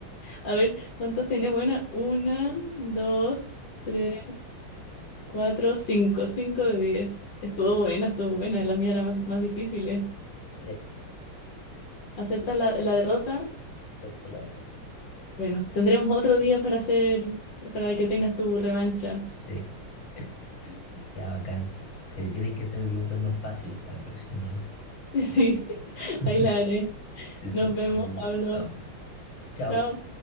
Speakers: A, on the left; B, on the left.
A: A ver, ¿cuántos tienes? Buena, una, dos, tres, cuatro, cinco. Cinco de diez. Estuvo buena, estuvo buena. La mía era más, más difícil, ¿eh?
B: Sí,
A: ¿Aceptas la, la derrota?
B: acepto la derrota.
A: Bueno, tendremos otro día para hacer, para que tengas tu revancha. <laughs>
B: Sí, <laughs> ya bacán. Sí, tienes que hacerme preguntas más fáciles para la próxima nomás.
A: Sí,
B: <laughs>
A: ahí la haré.
B: Eso,
A: Nos vemos,
B: nos vemos.
A: Pablo.
B: Chao. Chao.
A: Chao.